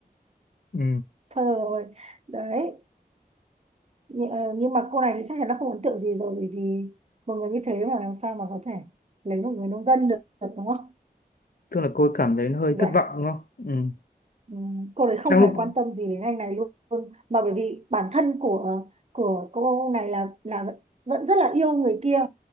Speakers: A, on the left; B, on the right.
A: ừ
B: thôi được rồi đấy Nh- ờ, nhưng mà cô này thì chắc chắn nó không ấn tượng gì rồi bởi vì một người như thế mà làm sao mà có thể lấy một người nông dân được đúng không
A: tức là cô cảm thấy hơi
B: dạ
A: thất vọng đúng không ừ
B: ừm, cô đấy không
A: trong
B: hề
A: lúc
B: quan tâm gì đến anh này luôn mà bởi vì bản thân của ờ, của cô này là là vẫn vẫn rất là yêu người kia